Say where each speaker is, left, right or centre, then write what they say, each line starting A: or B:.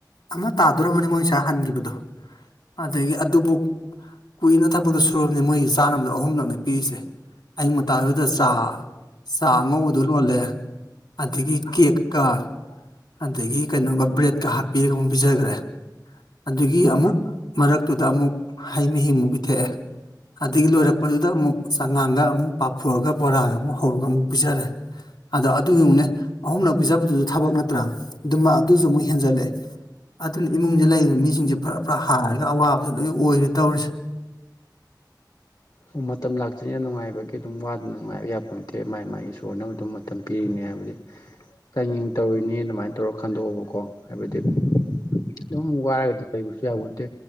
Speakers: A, on the left (about 75°); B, on the left (about 55°).
A: ꯑꯃ ꯇꯥꯗꯣꯔꯝꯃꯅꯤ ꯃꯣꯏ ꯉꯁꯥꯏ ꯍꯟꯒꯤꯕꯗꯣ ꯑꯗꯒꯤ ꯑꯗꯨꯕꯨꯛ ꯀꯨꯏꯅ ꯊꯕꯛꯇꯨ ꯁꯨꯔꯕꯅꯤ ꯃꯣꯏꯒꯤ ꯆꯥꯅꯕꯗꯨ ꯑ ꯑꯍꯨꯝꯂꯛꯅꯦ ꯄꯤꯔꯤꯁꯦ ꯑꯌꯨꯛ ꯉꯟꯇꯥꯗꯨꯗ ꯆꯥ ꯆꯥ ꯑꯉꯧꯕꯗꯣ ꯂꯣꯜꯂꯦ ꯑꯗꯒꯤ ꯀꯦꯛꯀ ꯑꯗꯒꯤ ꯀꯩꯅꯣꯒ ꯕ꯭ꯔꯦꯗꯀ ꯍꯥꯞꯄꯤꯔꯒ ꯑꯃꯨꯛ ꯄꯤꯖꯒ꯭ꯔꯦ ꯑꯗꯨꯒꯤ ꯑꯃꯨꯛ ꯃꯔꯛꯇꯨꯗ ꯑꯃꯨꯛ ꯍꯩ ꯃꯍꯤꯃꯨꯛ ꯄꯤꯊꯛꯑꯦ ꯑꯗꯒꯤ ꯂꯣꯏꯔꯛꯄꯗꯨꯗ ꯑꯃꯨꯛ ꯆꯉꯥꯡꯒ ꯑꯃꯨꯛ ꯄꯥꯞꯐꯣꯔꯒ ꯕꯣꯔꯥꯒ ꯑꯃꯨꯛ ꯍꯧꯔꯒ ꯑꯃꯨꯛ ꯄꯤꯖꯔꯦ ꯑꯗ ꯑꯗꯨ ꯌꯦꯡꯉꯨꯅꯦ ꯑꯍꯨꯝꯂꯛ ꯄꯤꯖꯕꯗꯨꯁꯨ ꯊꯕꯛ ꯅꯠꯇ꯭ꯔꯥ ꯑꯗꯨꯃ ꯑꯗꯨꯁꯨ ꯑꯃꯨꯛ ꯍꯦꯟꯖꯜꯂꯛꯑꯦ ꯑꯗꯨꯅ ꯏꯃꯨꯡꯖꯤꯗ ꯂꯩꯔꯤꯕ ꯃꯤꯁꯤꯡꯖꯦ ꯐ꯭ꯔꯥ ꯐ꯭ꯔꯥ ꯍꯥꯢꯔꯒ ꯑꯋꯥꯕꯗ ꯂꯣꯏꯟ ꯑꯣꯏꯔꯦ ꯇꯧꯔꯤꯁꯤ
B: ꯑꯣ ꯃꯇꯝ ꯂꯥꯛꯇꯣꯢꯅꯦ ꯅꯨꯡꯉꯥꯏꯕꯒꯤ ꯑꯗꯨꯝ ꯋꯥꯗꯅ ꯅꯨꯡꯉꯥꯏꯕ ꯌꯥꯄꯣꯟꯇꯦ ꯃꯥꯏ ꯃꯥꯏ ꯏꯁꯣꯔꯅ ꯑꯗꯨꯝ ꯃꯇ ꯇꯝ ꯄꯤꯔꯤꯅꯦ ꯍꯥꯏꯕꯗꯤ ꯆꯥꯡꯌꯦꯡ ꯇꯧꯔꯤꯅꯦ ꯑꯗꯨꯃꯥꯏꯟ ꯇꯧꯔ ꯈꯟꯗꯣꯛꯑꯣꯕꯀꯣ ꯍꯥꯏꯕꯗꯤ ꯑꯗꯨꯝ ꯋꯥꯔꯒꯗ ꯂꯩꯕꯁꯨ ꯌꯥꯄꯣꯟꯇꯦ